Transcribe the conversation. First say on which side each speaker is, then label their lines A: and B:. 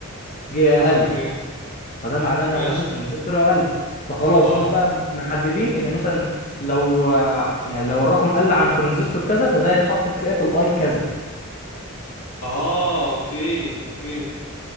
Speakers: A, on the left; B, on the left.
A: جه
B: اوكي
A: اقل فده معناه انه
B: ماشي
A: هياخد ترانزستور اقل فخلاص
B: اه
A: هما بقى محددين ان مثلا لو يعني لو الرقم قل عن ترانزستور كذا فده هيتحط في فئة الاي كذا
B: اه اوكي اوكي